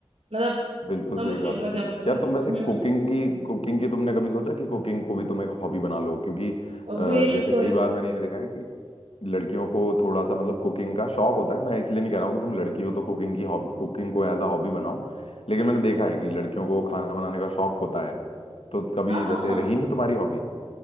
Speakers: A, on the right; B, on the left.
A: मतलब
B: बिल्कुल
A: समझ
B: सही कहा
A: रही हो
B: बिल्कुल
A: मैं क्या बोल रहा
B: यार
A: हूँ
B: तुम वैसे
A: हम्म
B: कुकिंग की कुकिंग की तुमने कभी सोचा कि कुकिंग को भी तुम एक हॉबी बना लो क्योंकि अ,
A: हम्म बिल्कुल
B: जैसे कई बार मैंने ये देखा है कि लड़कियों को थोड़ा सा मतलब कुकिंग का शौक होता है मैं इसलिए नहीं कह रहा हूँ कि तुम लड़की हो तो कुकिंग की हॉब कुकिंग को एज अ हॉबी बनाओ लेकिन मैंने देखा है कि लड़कियों को खाना बनाने का शौक होता है तो कभी
A: हाँ
B: वैसे
A: हाँ
B: रही नहीं तुम्हारी हॉबी